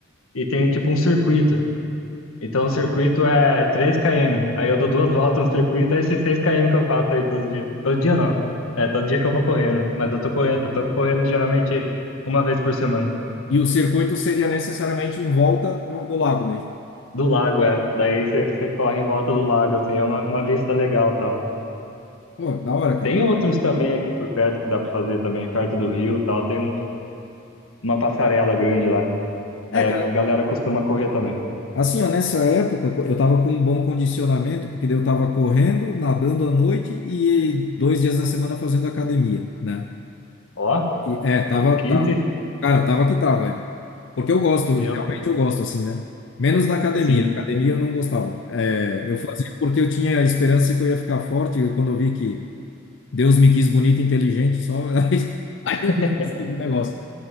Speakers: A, on the left (about 85°); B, on the left (about 60°).
A: e tem tipo um circuito. Então o circuito é três km. Aí eu dou duas <laughs> voltas no circuito, é esses seis km que eu faço aí todo dia. Todo dia não. É, todo dia que eu vou correr, né? Mas eu tô correndo, eu tô correndo geralmente uma vez por semana.
B: E o circuito seria necessariamente em volta do, do lago daí.
A: Do lago, é. Daí você você corre em volta do lago, assim, é uma, uma vista legal e tal.
B: Pô, da hora, cara.
A: Tem
B: Da
A: outros
B: hora.
A: também aqui por perto que dá pra fazer também, perto do rio e tal. Tem um, uma passarela grande lá.
B: É,
A: Aí
B: cara,
A: a galera costuma correr também.
B: assim, ó, nessa época eu tava com um bom condicionamento, porque daí eu tava correndo, nadando à noite e dois dias na semana fazendo academia, né?
A: Ó,
B: E, é, tava,
A: o kit
B: tá- Cara, tava que tava, é. Porque eu gosto, realmente
A: e eu,
B: eu gosto, assim, né? Menos da academia.
A: sim.
B: Academia eu não gostava. É, eu fazia porque eu tinha a esperança que eu ia ficar forte, e quando eu vi que Deus me quis bonito e inteligente, só <laughs> aí, aí
A: <laughs>
B: eu desisti do negócio.